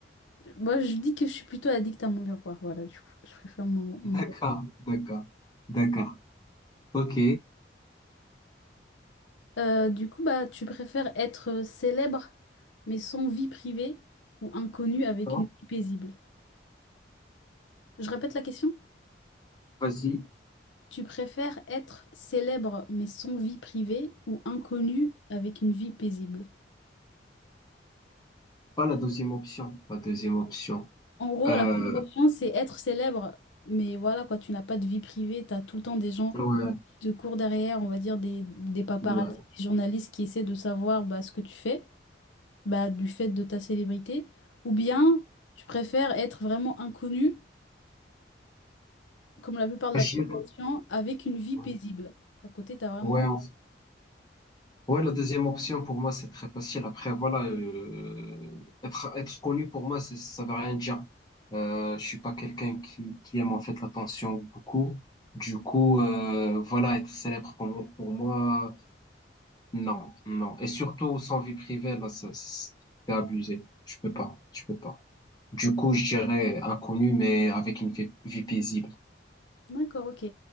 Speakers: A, on the left (about 80°); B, on the left (about 20°).
A: moi, je dis que je suis plutôt addict à mon miroir. Voilà, du coup, je préfère mon,
B: <laughs>
A: mon
B: d'accord, d'accord, d'accord. Ok,
A: Euh, du coup, bah, tu préfères être euh, célèbre mais sans vie privée ou inconnu avec
B: Bon,
A: une vie paisible? Je répète la question.
B: vas-y.
A: Tu préfères être célèbre mais sans vie privée ou inconnu avec une vie paisible?
B: Pas la deuxième option, la deuxième option.
A: En gros,
B: Euh,
A: la première option, c'est être célèbre, mais voilà quoi, tu n'as pas de vie privée, tu as tout le temps des gens
B: ouais,
A: qui te courent derrière, on va dire des, des paparazzi,
B: ouais.
A: des journalistes qui essaient de savoir bah, ce que tu fais, bah, du fait de ta célébrité. Ou bien, tu préfères être vraiment inconnu comme la plupart de
B: Je
A: la population,
B: dirais-
A: avec une vie
B: ouais,
A: paisible. À côté, tu as vraiment...
B: ouais, en fait- ouais, la deuxième option pour moi c'est très facile. Après, voilà, euh, être, être connu pour moi, c'est- ça veut rien dire. Euh, je suis pas quelqu'un qui, qui aime en fait l'attention beaucoup. Du coup, euh, voilà, être célèbre pour moi, pour moi. Non, non. Et surtout, sans vie privée, là, ça, c'est abusé. Je peux pas, je peux pas. Du coup, je dirais inconnu, mais avec une vie, vie paisible.
A: D'accord, ok.